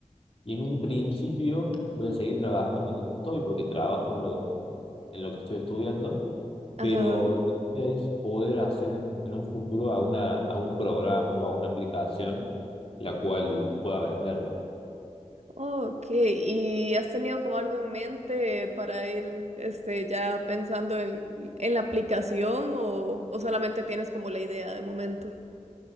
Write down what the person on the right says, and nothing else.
<laughs> Ajá.
Oh, ok. ¿Y has tenido como algo en mente para ir, este, ya pensando en, en la aplicación o, o solamente tienes como la idea de momento?